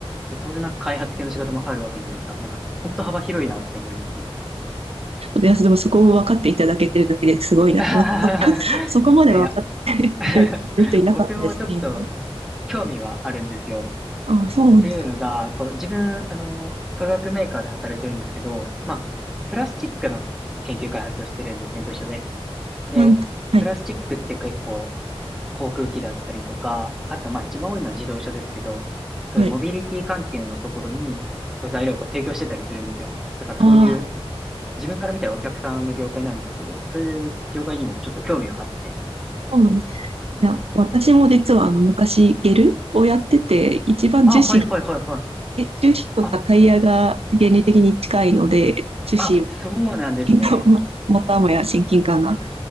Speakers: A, in the centre; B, on the right.
A: で、当然なんか開発系の仕事もあるわけじゃないですか。なんか、本当幅広いなって思いますね。
B: いや、でもそこを分かっていただけてるだけですごいなって、
A: <laughs>
B: <laughs> そそこまで分かってくれてる人いなかったですね。
A: いやいや <laughs> 僕もちょっと興味はあるんですよ。
B: ああ、そうなんですか。
A: っていうのが、こう、自分、あの、化学メーカーで働いてるんですけど、まあ、プラスチックの研究開発をしてるんですね、部署で。で、
B: なんと、はい、
A: プラスチックって結構、航空機だったりとか、あとまあ一番多いのは自動車ですけど、そういうモビリティ関係のところに、
B: はい。
A: こう材料をこう提供してたりするんですよ。だからそういう、
B: ああ、
A: 自分から見たらお客さんの業界なんですけど、そういう業界にもちょっと興味はあって、
B: そうなんです。いや、私も実はあの昔ゲルをやってて、一番樹脂、
A: あ、はいはいはいはい。
B: え樹脂とかタイヤが原理的に近いので、
A: あ、
B: 樹脂を、
A: あ、そうなんですね。
B: <laughs> またもや親近感が。